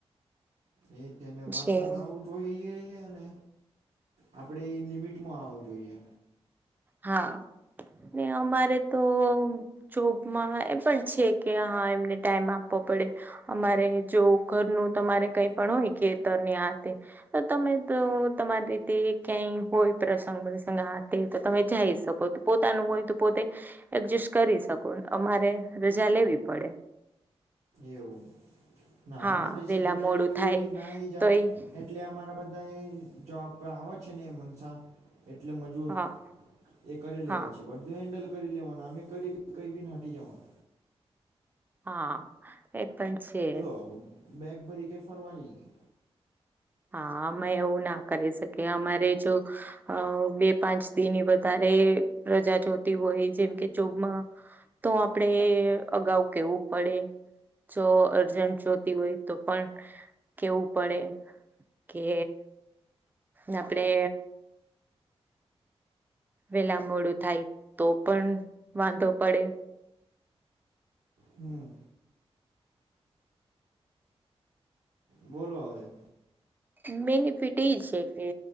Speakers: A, on the right; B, on the right.
A: એ તેને વરસાદ
B: જે
A: આવઉટ <unintelligible> તો એ છે ને, આપણેે એ લિમિટમાં આવો જોઈએ.
B: હા ને, અમારે તો. જોબમાં એ પણ છે કે. હા, એમને ટાઈમ આપવો પડે. અમારે જો ઘરનું તમારે કઈ પણ હોય, ખેતરની આ તે તો તમે તો તમારી રીતે ક્યાંય હોય, પ્રસંગ-પ્રસંગ તો તમે જઈ શકો, પોતાનું હોય તો પોતે. એડજસ્ટ કરી શકો, અમારે રજા લેવી પડે.
A: એવું ના
B: હા
A: અમારે છે,
B: વેલા
A: તો કેરી
B: મોડું
A: બી
B: થાય
A: ઉઠીને નાઈ જાઓ,
B: તોય
A: એટલે અમારા બધા ક જબ આવ છે નને એમનસા <unintelligible> એટલે મજૂર
B: હા
A: એ કરેલી
B: હા
A: હોય છે, બધું. હેન્ડલ કરી લેવાના, અમે કરી કઈ નાટી જવાનું.
B: હા, એ પણ છે.
A: તો બેગ ભરી કે, ફરવા જઈએ.
B: હા, અમે એવું ના કરી શકીએ, અમારે જો બે પાંચ દિની વધારે પ્રજા જો. હોય, જેમકે જોબમાં તો આપડે અગાઉ કેવું પડે. જો અર્જન્ટ જોતી હોય, તો પણ. કેવું પડે કે, આપડે વેલા મોડું થાય, તો પણ વાંધો પડે.
A: હમ. બોલો, આવે.
B: બેનિફિટ એ છે કે